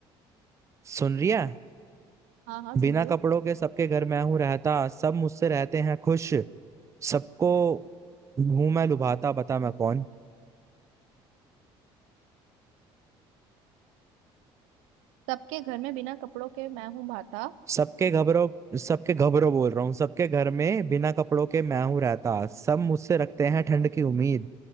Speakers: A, on the right; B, on the right.
A: सुन रही है
B: हाँ हाँ सुन
A: बिना
B: रही
A: कपड़ों
B: हूँ
A: के सबके घर मैं हूं रहता सब मुझसे रहते हैं खुश सबको हूं मैं लुभाता बता मैं कौन
B: सबके घर में बिना कपड़ों के मैं हूँ भाता
A: सबके घबरो सबके घबरो बोल रहा हूँ सबके घर में बिना कपड़ों के मैं हूं रहता सब मुझसे रखते हैं ठंड की उम्मीद